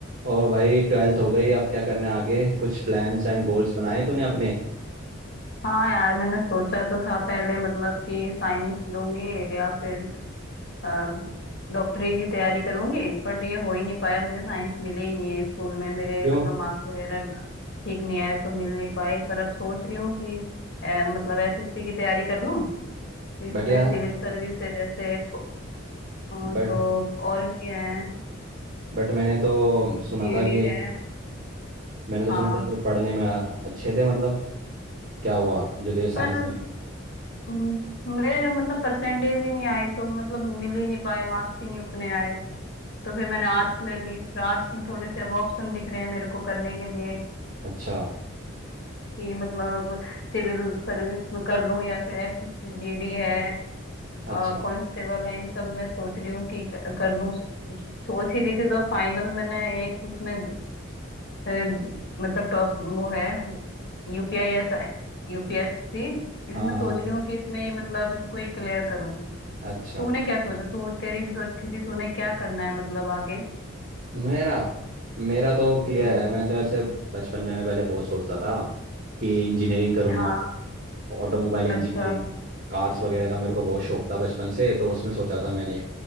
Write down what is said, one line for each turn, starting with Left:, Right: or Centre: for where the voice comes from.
Right: और भाई ट्वेल्थ हो गई अब क्या करना है आगे कुछ प्लान्स एंड गोल्स बनाए तूने अपने
Left: हाँ यार मैंने सोचा तो था पहले मतलब कि साइंस लूंगी या फिर अ, डॉक्टरी की तैयारी करूंगी बट ये हो ही नहीं पाया मुझे साइंस मिली ही नहीं है स्कूल में मेरे
Right: क्यों
Left: मतलब मार्क्स वगैरह ठीक नहीं आए तो मिल नहीं पाई पर अब सोच रही हूँ कि अ, मतलब एसएससी की तैयारी कर लूँ तो इसमें
Right: बट यार
Left: सिविल सर्विस है जैसे फ- अ,
Right: बट
Left: तो और भी है
Right: बट मैंने तो सुना
Left: जीडी
Right: था कि
Left: है
Right: मैंने तो
Left: हाँ
Right: सुना था तो पढ़ने में आ, अच्छे थे मतलब क्या हुआ जो तुझे साइंस
Left: पर
Right: नहीं
Left: अम, मेरे मतलब परसेंटेज ही नहीं आई तो मतलब मिल ही नहीं पाए मार्क्स ही नहीं उतने आए तो फिर मैंने आर्ट्स ले ली फिर आर्ट्स में थोड़े से अब ऑप्शन दिख रहे हैं मेरे को करने के लिए
Right: अच्छा
Left: कि मतलब सिविल सर्विस में कर लूं या फिर एसएसजीडी है
Right: अच्छा
Left: कांस्टेबल है इन सब में सोच रही हूँ कि क- कर लूं सोच ही रही थी तो फाइनल मैंने एक उसमें अ, मतलब टॉप वो है यूपीआई एस यूपीएससी इसमें
Right: हाँ हाँ
Left: सोच रही हूँ कि इसमें ही मतलब इसको ही क्लियर करूँ
Right: अच्छा
Left: तूने क्या सोचा तू तेरी भी तो अच्छी थी तूने क्या करना है मतलब आगे
Right: मेरा मेरा तो क्लियर
Left: हम्म
Right: है मैं तो ऐसे बचपन में मैं पहले बहुत सोचता था कि इंजीनियरिंग करूँगा
Left: हाँ
Right: ऑटोमोबाइल इंजीनियरिंग
Left: अच्छा
Right: कार्स वगैरह का मेरे को बहुत शौक था बचपन से तो उसमें सोचा था मैंने